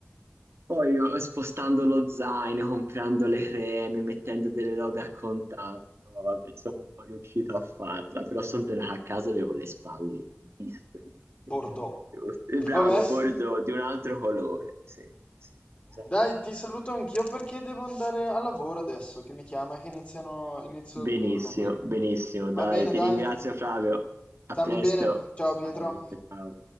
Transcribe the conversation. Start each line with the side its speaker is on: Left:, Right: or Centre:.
Right: Poi io, spostando lo zaino, comprando le creme, mettendo delle robe a contatto, vabbè, sono un po' riuscito a farla, però sono tornato a casa e avevo le spalle distrutte,
Left: Bordeaux.
Right: distrutte. Bravo,
Left: Vabbè,
Right: bordeaux di un altro colore. Sì, sì, esattamente.
Left: dai, ti saluto anch'io perché devo andare a lavoro adesso, che mi chiama, che iniziano, inizio
Right: Benissimo,
Left: il turno qui.
Right: benissimo.
Left: Va
Right: Dai,
Left: bene,
Right: ti
Left: dai.
Right: ringrazio Flavio. A
Left: Stammi
Right: presto.
Left: bene. Ciao Pietro.
Right: Ciao, ciao. ciao.